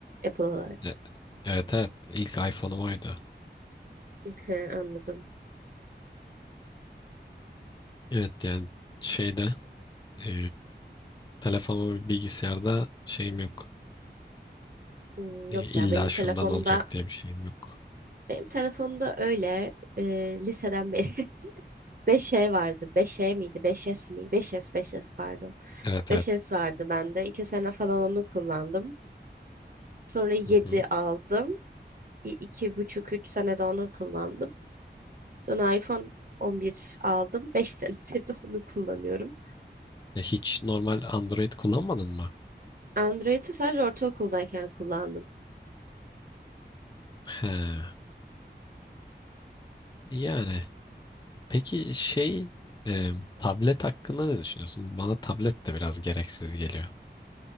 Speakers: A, on the right; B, on the left.
A: Apple olarak.
B: E- Evet evet ilk iPhone'um oydu.
A: Hı, Anladım.
B: Evet yani şeyde e, telefonum ve bilgisayarda şeyim yok.
A: Hmm,
B: E,
A: Yok ya
B: illa
A: benim
B: şundan
A: telefonda
B: olacak diye bir şeyim yok.
A: Benim telefonda öyle e, liseden beri <laughs> 5E vardı. beş e miydi? beş s mi? 5S, 5S pardon.
B: Evet
A: beş
B: evet.
A: s vardı bende. 2 sene falan onu kullandım. Sonra yedi
B: Hı hı.
A: aldım. İ- iki buçuk üç sene de onu kullandım. Sonra iPhone 11 aldım. 5 <laughs> senedir de onu kullanıyorum.
B: E, hiç normal Android kullanmadın mı?
A: Android'i sadece ortaokuldayken kullandım.
B: He. Yani. Peki şey e, tablet hakkında ne düşünüyorsun? Bana tablet de biraz gereksiz geliyor.